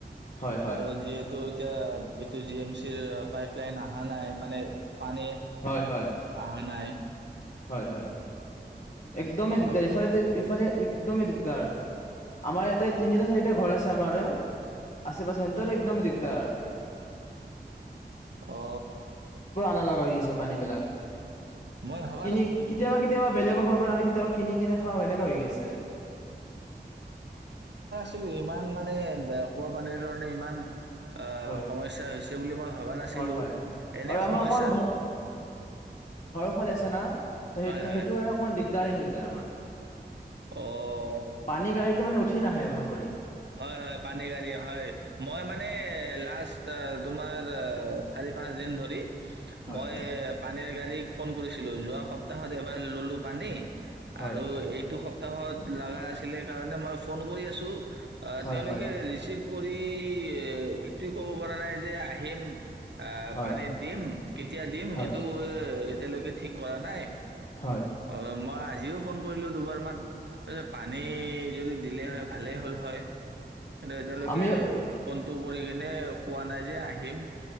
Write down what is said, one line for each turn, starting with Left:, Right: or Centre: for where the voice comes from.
Left: হয় হয়
Right: আৰু যিহেতু এতিয়া টো জি এম চিৰ পাইপ প্লাই অহা নাই মানে পালে
Left: হয় হয়
Right: আহা নাই
Left: হয় হয়। একদমেই
Right: অ',
Left: দিগদাৰি। ইফালেটো, ইফালে একদমেই দিগদাৰ। আমাৰ ইয়াতে তিনিটা চাৰিটা ঘৰ আছে আমাৰে, আশে পাশে। সিহঁতৰো একদমেই দিগদাৰ।
Right: অ।
Left: না লগা হৈ আছে পানী বিলাক।
Right: ম‌ই ডা
Left: কিনি, কেতিয়াবা কেতিয়াবা বেলেগৰ ঘৰৰ পৰা আনি কেতিয়াবা কিনি কিনে খাওঁ এনেকা হৈ আছে।
Right: টো ইমান মানে খোৱা পানীৰ কাৰণে ইমান আহ
Left: হয়
Right: সমস্যা হৈছে বুলি মই ভাবা নাছিলোঁ।
Left: হয় হয়
Right: এনে
Left: আৰু আমাৰ
Right: সমস্যা
Left: অকণ ভালে আছে না! ত সেই
Right: হয়, হয়
Left: সেইটো কাৰণে অকমান দিগদাৰি হৈ যায় আমাৰ।
Right: অ'।
Left: পানী গাড়ীটো মানে উট ঠি নাহে ভাল কৰি।
Right: হয় হয়। পানী গাড়ী, হয়। মই মানে নে লাষ্ট অ তোমাৰ চাৰি পাঁচ দিন ধৰি
Left: হয়
Right: মই
Left: হয়
Right: পানীৰ গাড়ীত ফোন কৰিছিলোঁ। যোৱা সপ্তাহত এবাৰ ল'লোঁ পানী।
Left: হয়
Right: আৰু এইটো সপ্ প্তাহত লাগা আছিলে কাৰণে মই ফোন কৰি আছোঁ। অ,
Left: হয়
Right: তেওঁলোকে
Left: হয়
Right: ৰিচিভ কৰি, এ সেইটোও ক'ব পৰা নাই যে আহিম। আহ
Left: হয়
Right: পানী দিম কেতিয়া দিম
Left: হয়
Right: এইটো এতিয়ালৈকে ঠিক কৰা নাই,
Left: হয়
Right: অ মই আজিও ফোন কৰিলো দুবাৰমান। পানী যদি দিলে হয়। ভালেই হ'ল হয়। <unintelligible> এতিয়ালৈকে
Left: আমি
Right: ফোন টো কৰি কেনে কোৱা নাই যে আহিম।